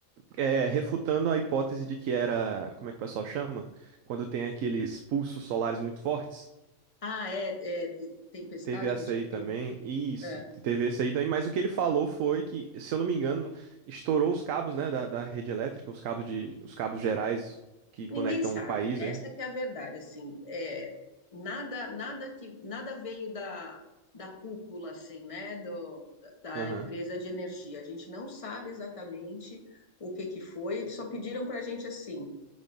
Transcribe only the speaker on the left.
Ah, é, é, tempestade,
não sei
o quê.
É.
Ninguém
sabe.
Essa
que é a verdade, assim, é, nada, nada que, nada veio da, da cúpula, assim, né, do, da,
da empresa de energia. A gente não sabe exatamente o que que foi. Eles Só pediram para a gente assim,